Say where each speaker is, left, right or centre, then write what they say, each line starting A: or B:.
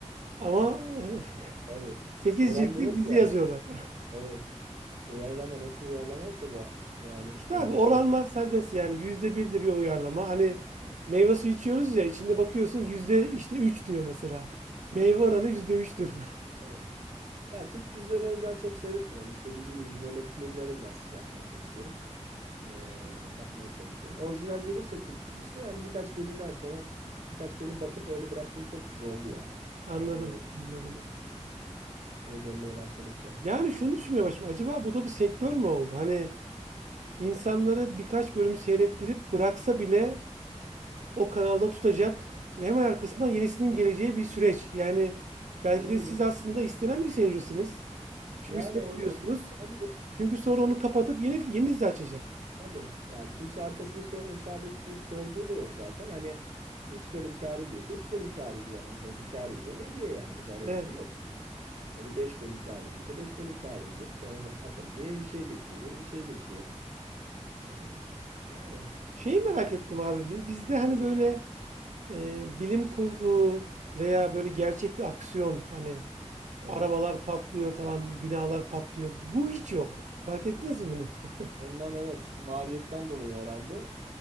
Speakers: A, on the right; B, on the right.
A: ama e,
B: tabii.
A: 8
B: Soran
A: ciltlik
B: da yok
A: dizi
B: ya.
A: yazıyorlar. <laughs>
B: Evet. Uyarlama nasıl uyarlamaysa bu yani
A: İşte
B: böyle
A: abi
B: bir
A: oranlar
B: şey oldu.
A: serbest yani yüzde bir de bir uyarlama. Hani
B: Evet.
A: meyve suyu içiyoruz ya içinde bakıyorsun yüzde işte 3 diyor mesela. Meyve oranı yüzde üçtür.
B: Evet. Ya Türk dizilerini o yüzden çok seyretmiyorum. İşte dediğim gibi böyle filmlere biraz şey yapmaya çalışıyorum. Ee, bakmaya çalışıyorum. Orijinal gelirse Türk dizisi hani birkaç bölümden sonra birkaç bölüm bakıp öyle bıraktığım çok dizi oldu yani.
A: <laughs> Anladım,
B: Bayağı bir öyle
A: anladım.
B: oldu. Şeye dönmeye başladıkça.
A: Yani şunu düşünmeye başladım. Acaba bu da bir sektör mü oldu? Hani insanları birkaç bölüm seyrettirip bıraksa bile o kanalda tutacak ve hemen arkasından yenisinin geleceği bir süreç. Yani belki
B: Olabilir.
A: de siz aslında istenen bir seyircisiniz. Çünkü
B: Yani
A: seyrediyorsunuz.
B: o, o- olabilir
A: Çünkü sonra onu kapatıp yeni yeni dizi açacak.
B: tabii. Yani kimse arkasını so hesap ettiğip sorduğu da yok zaten. Hani 3 bölüm kâr ediyorsa 3 bölüm kâr ediyor adam. Sonuçta kâr ediyor mu? Ediyor yani. Zarar
A: Evet.
B: ettiği yok. Ya da 5 bölüm kâr ediyorsa 5 bölüm kâr ediyor. Sonra akabinde yeni bir şey geçiyor. Yeni bir şey geçiyor. Ee, yani
A: Şeyi merak ettim abi. Bi- Bizde hani böyle e, bilim kurgu veya böyle gerçek bir aksiyon hani
B: evet.
A: arabalar patlıyor falan, binalar patlıyor. Bu hiç
B: Evet.
A: yok. Fark ettiniz mi bunu? <laughs>
B: Onlar evet maliyetten dolayı herhalde.